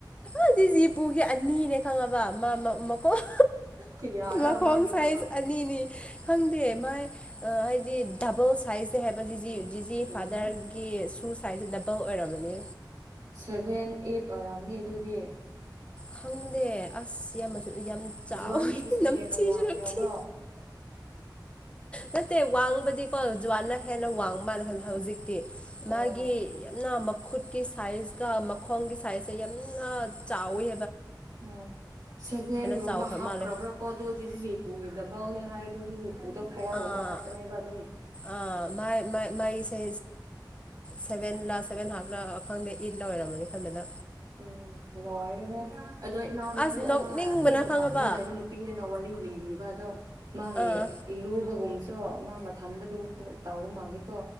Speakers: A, on the left; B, on the right.
A: ꯑꯗꯤꯁꯤ ꯄꯨꯒꯤ ꯑꯅꯤꯅꯦ ꯈꯪꯉ ꯃꯈꯣꯡ
B: ꯀꯌꯥꯔ
A: ꯃꯈꯣꯡ
B: ꯃꯥꯒꯤꯗꯣ
A: ꯁꯥꯏꯁ ꯑꯅꯤꯅꯤ ꯈꯪꯗꯦ ꯃꯥꯏ ꯑ ꯍꯥꯏꯗꯤ ꯗꯕꯜ ꯁꯥꯏꯖꯁꯦ ꯍꯥꯏꯕ ꯖꯤꯖꯤ ꯖꯤꯖꯤ ꯐꯥꯗꯔꯒꯤ
B: ꯎꯝ
A: ꯁꯨ ꯁꯥꯏꯖꯁꯦ ꯗꯕꯜ ꯑꯣꯏꯔꯝꯕꯅꯦ
B: ꯁꯦꯚꯦꯟ ꯑꯩꯠ ꯑꯣꯏꯔꯝꯅꯤ ꯑꯗꯨꯗꯤ
A: ꯈꯪꯗꯦ ꯑꯁ ꯌꯥꯝꯃꯁꯨ ꯌꯥꯝ ꯆꯥꯎꯋꯤ
B: ꯖꯨꯋꯥꯟꯗꯒꯤꯁꯨ
A: ꯅꯝꯊꯤꯁꯨꯊꯤ
B: ꯍꯦꯟꯅ ꯋꯥꯡꯈ꯭ꯔꯕ꯭ꯔꯣ
A: ꯅꯠꯇꯦ ꯋꯥꯡꯕꯗꯤꯀꯣ ꯖꯨꯋꯥꯅ ꯍꯦꯟꯅ ꯋꯥꯡ ꯃꯥꯜꯂꯦ ꯍꯧꯖꯤꯛꯇꯤ ꯃꯥꯒꯤ
B: ꯑꯣ
A: ꯌꯥꯝꯅ ꯨꯈꯨꯠꯀꯤ ꯁꯥꯏꯖꯀ ꯃꯈꯣꯡꯒꯤ ꯁꯥꯏꯖꯁ ꯌꯥꯝꯅ ꯆꯥꯎꯋꯤ
B: ꯑꯣ ꯁꯦꯚꯦꯟꯒꯨꯝꯕ
A: ꯆꯥꯎꯈ꯭ꯔ
B: ꯍꯥꯞꯈ꯭ꯔꯕ꯭ꯔꯥ
A: ꯃꯥꯜꯂꯦ
B: ꯀꯣ ꯑꯗꯨꯗꯤ ꯗꯕ ꯕꯥꯅꯦ ꯍꯥꯏꯔꯗꯨꯗꯤ ꯎꯗ ꯐꯣꯔꯒꯨꯝꯕ
A: ꯑꯥ
B: ꯍꯥꯞꯄꯅꯦꯕ ꯑꯗꯨꯝ
A: ꯑꯥ ꯃꯥꯏ ꯃꯥꯏ ꯃꯥꯏꯁꯦ ꯁꯚꯦꯟ ꯂꯥ ꯁꯚꯦꯟ ꯍꯥꯞ ꯂꯥ ꯈꯪꯗꯦ ꯏꯠ ꯂ ꯑꯣꯏꯔꯝꯃꯅꯤ ꯈꯟꯕꯗ
B: ꯎꯝ ꯂꯣꯏꯔꯦꯍꯦ ꯑꯗꯣ ꯏꯅꯥꯎꯅꯨꯄꯤ
A: ꯑꯁ ꯅꯣꯛꯅꯤꯡꯕꯅ
B: ꯑꯃ ꯑꯦ ꯃꯄꯥꯟꯗ
A: ꯈꯪꯉꯕ
B: ꯂꯕ ꯅꯨꯄꯤꯗꯅ ꯋꯥꯔꯤ ꯂꯤꯕꯤꯕ ꯗꯣ ꯃꯥꯒꯤ
A: ꯑꯥ
B: ꯏꯔꯨꯕꯒꯨꯝ ꯑꯣ ꯃꯥ ꯃꯊꯟꯗ ꯂꯨꯕ ꯇꯥꯎꯕ ꯃꯥꯜꯂꯤꯀꯣ